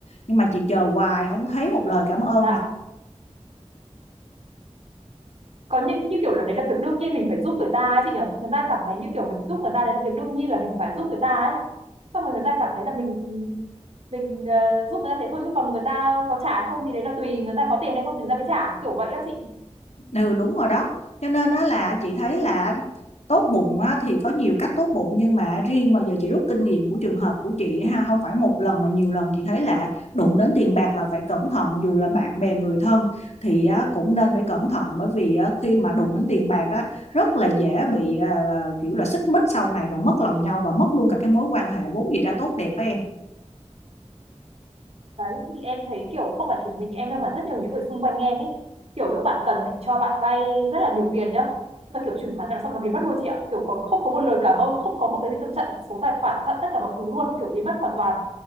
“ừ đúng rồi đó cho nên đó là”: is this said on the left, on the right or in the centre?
Left